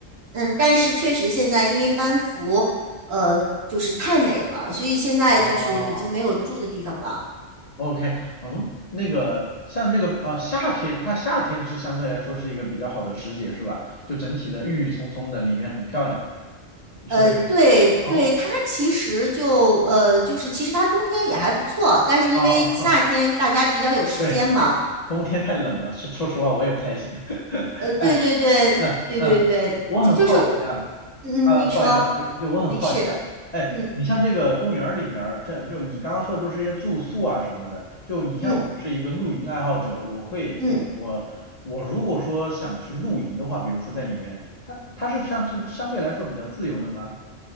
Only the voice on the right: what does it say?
嗯，但是确实现在因为班服，呃，就是太美了，所以现在就是已经没有住的地方了。
呃，对对，
它其实就呃，就是其实它冬天也还不错，但是因为夏天大家比较有时间嘛，
呃，对对对对对对，
就就是我，嗯，
你说，
没事，
嗯
嗯
嗯。